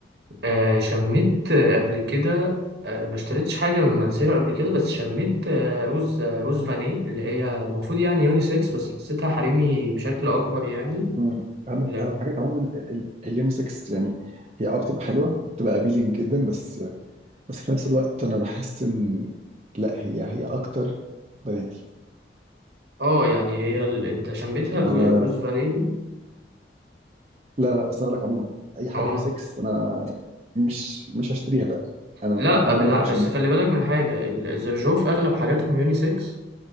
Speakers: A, on the right; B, on the right.
A: آه شميت آه، قبل كده آه ما اشتريتش حاجة من منسيرو قبل كده بس شميت آه روز آه روز فاني اللي هي المفروض يعني يونيسكس بس حسيتها حريمي بشكل أكبر يعني
B: مم. انا
A: لا
B: انا الحاجات عموما اليونيسكس يعني هي اه بتبقى حلوه وبتبقى ابيلينج جدا بس بس في نفس الوقت انا بحس ان لا هي هي اكتر بناتي
A: اه يعني هي ال... انت شميتها رو-
B: انا
A: روز فاني دي
B: لا لا لا بس انا بقول لك عموما اي حاجه
A: اه
B: يونيسكس انا مش مش هشتريها لا انا
A: لا
B: يعني اولا
A: بالع...
B: ممكن اشمها
A: بس خلي بالك من حاجة الزرجوف أغلب حاجاتهم يونيسكس